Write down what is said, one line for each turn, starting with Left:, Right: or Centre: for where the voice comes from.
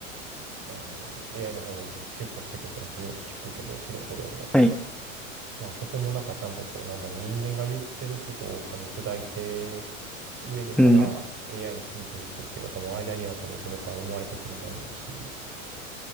Right: あの、AI の方にシフトしていくって話よく聞くけど、素人でも。
Centre: はい。
Right: まあそこもなんかちゃんとこう、なんだろう、人間が言ってることを噛み砕いて、上でから
Centre: うん。
Right: AI に指導する人っていうか多分間には多分これから生まれてくるだろうし、